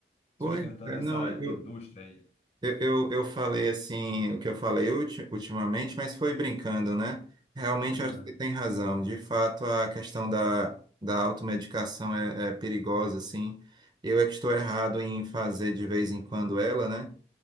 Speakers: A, on the right; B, on the left.
A: Pois
B: Sustentando
A: é,
B: essa
A: não, eu,
B: indústria aí.
A: Eu, eu, eu falei assim, o que eu falei ulti- ultimamente, mas foi brincando, né? Realmente
B: <laughs>
A: eu acho que tem razão. De fato, a questão da, da automedicação é, é perigosa, assim. Eu é que estou errado em fazer de vez em quando ela, né?